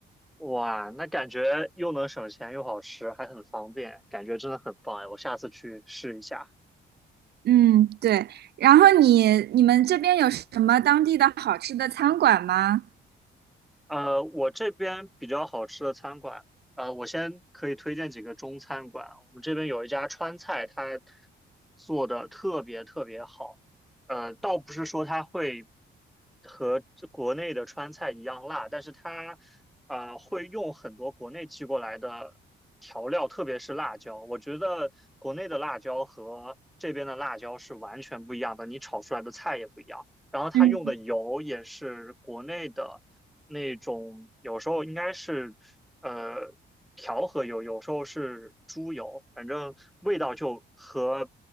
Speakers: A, in the centre; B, on the right.
A: 哇，那感觉又能省钱又好吃，还很方便，感觉真的很棒哎！我下次去试一下。
B: 嗯，对。然后你你们这边有什么当地的好吃的餐馆吗？
A: 呃，我这边比较好吃的餐馆，呃，我先可以推荐几个中餐馆。我们这边有一家川菜，它做的特别特别好。呃，倒不是说它会和这国内的川菜一样辣，但是它啊呃会用很多国内寄过来的调料，特别是辣椒。我觉得国内的辣椒和这边的辣椒是完全不一样的，你炒出来的菜也不一样。然后它用的油也是国内的那种，
B: 嗯，
A: 有时候应该是呃调和油，有时候是猪油，反正味道就和